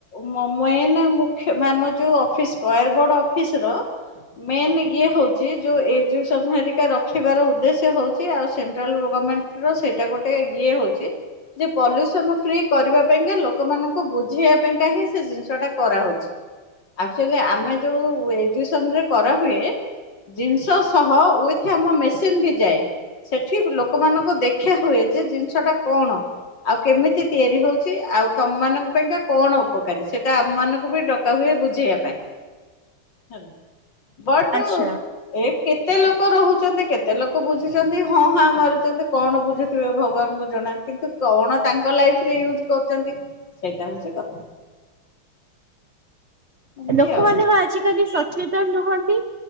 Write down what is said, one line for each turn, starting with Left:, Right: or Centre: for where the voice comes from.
Left: ମ ମ ମେନେ ମୁଖ୍ୟ ଆମ ଯୋଉ ଅଫିସାର ରୟାର ବୋର୍ଡ ଅଫିସ ର ମେନ୍ ଇଏ ହଉଛି ଯେଉଁ ଏଜୁକସନ ହେରିକା ରଖିବାର ଉଦ୍ଦେଶ୍ୟ ହଉଛି ଆଉ ସେଣ୍ଟ୍ରାଲ୍ ଗମେଣ୍ଟ ସେଇଟା ଗୋଟେ ଇଏ ହଉଛି ଯେ ପଲ୍ୟୁସନ ଫ୍ରି କରିବା ପାଇଁକା ଲୋକ ଲୋକମାନଙ୍କୁ ବୁଝେଇବା ପାଇଁ କା ହିଁ ସେ ଜିନିଷ ଟା କରାହଉଛି। ଆକଚୁଆଲି ଆମେ ଯୋଉ ଏଜୁସନରେ କରାହୁଏ ଜିନିଷ ସହ ୱିଥ ଆମ ମେସିନ ବି ଯାଏ। ସେଠି ଲୋକମାନଙ୍କୁ ଦେଖା ହୁଏ ଯେ ଜିନିଷ ଟା କଣ। ଆଉ କେମିତି ତିଆରି ହଉଛି ଆଉ ତମମାନଙ୍କ ପାଇଁକା କଣ ଉପକାରୀ ସେଟା ଆମମାନଙ୍କୁ ବି ଡକା ହୁଏ ବୁଝେଇବା ପାଇଁ। ହ ବଟୁ।
Right: ଆଚ୍ଛା
Left: ଏ କେତେ ଲୋକ ରହୁଚନ୍ତି କେତେ ଲୋକ ବୁଝୁଚନ୍ତି ହଁ ହାଁ ମାରୁଚନ୍ତି କଣ ବୁଝୁଥିବେ ଭଗବାନଙ୍କୁ ଜଣା। କିନ୍ତୁ କଣ ତାଙ୍କ ଲାଇଫରେ ୟୁଜ କରୁଚନ୍ତି ସେଇଟା ହଉଛି କଥା। ଏମିତି
Right: ଲୋକ
Left: ଆଉ
Right: ମାନେ ପା ଆଜିକାଲି ସଚେତନ ନୁହନ୍ତି।